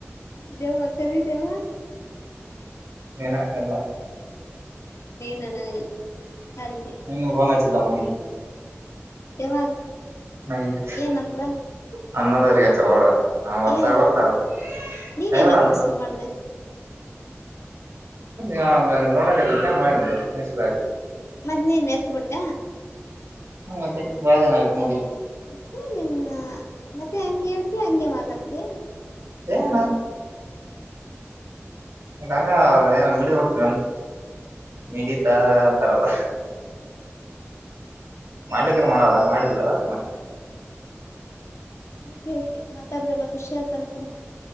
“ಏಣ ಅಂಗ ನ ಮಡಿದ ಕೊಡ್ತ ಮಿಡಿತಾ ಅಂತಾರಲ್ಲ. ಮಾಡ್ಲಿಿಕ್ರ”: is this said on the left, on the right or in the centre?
Right